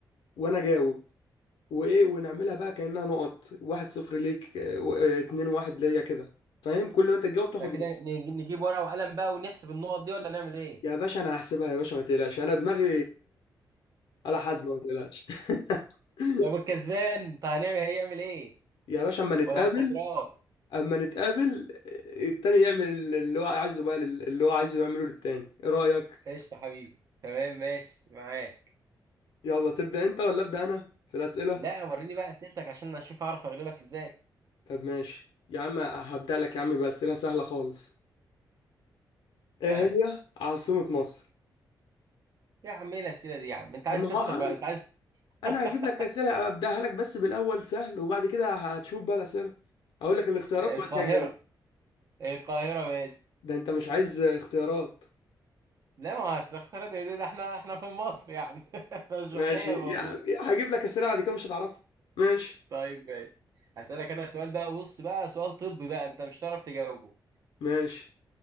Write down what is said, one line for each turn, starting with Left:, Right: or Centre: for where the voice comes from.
Left: وانا اجاوب وايه ونعملها بقى كانها نقط واحد صفر ليك آه، و- آه، اتنين واحد ليا كده فاهم كل ما انت تجاوب تاخد
Right: فكده
Left: نقطه
Right: نجي- نجيب ورقة وقلم بقى ونحسب النقط دي ولا نعمل إيه؟
Left: يا باشا انا هحسبها يا باشا ما تقلقش انا دماغي آلة حاسبة ما تقلقش <laughs>
Right: طب الكسبان طب هنعمل هيعمل إيه؟
Left: يا باشا اما نتقابل
Right: ولا الخسران؟
Left: اما نتقابل التاني يعمل اللي هو عايزه بقى لل- اللي هو عايزه يعمله للتاني ايه رأيك
Right: قشطة حبيبي تمام ماشي معاك
Left: يلا تبدأ انت ولا ابدأ انا في الأسئلة
Right: لا وريني بقى أسئلتك عشان أشوف أعرف أغلبك إزاي
Left: طب ماشي يا عم هبدأ لك يا عم بأسئلة سهلة خالص ايه
Right: ها
Left: هي عاصمة مصر
Right: يا عم إيه الأسئلة دي يا عم أنت عايز
Left: طب ما
Right: تخسر
Left: هو
Right: بقى أنت عايز <laughs>
Left: انا هجيب لك أسئلة ابدأها لك بس بالأول سهل وبعد كده هتشوف بقى الأسئلة هقول لك الاختيارات
Right: القاهرة
Left: وبعد كده أجاوب.
Right: القاهرة ماشي
Left: ده انت مش عايز اختيارات
Right: لا ما هو أصل اختيارات دي ده احنا احنا في مصر يعني <laughs> مش
Left: ماشي
Right: محتاجة الموضوع
Left: يعني هجيب لك اسئله بعد كده مش هتعرفها ماشي
Right: طيب ماشي هسألك أنا سؤال بقى بص بقى سؤال طبي بقى أنت مش هتعرف تجاوبه
Left: ماشي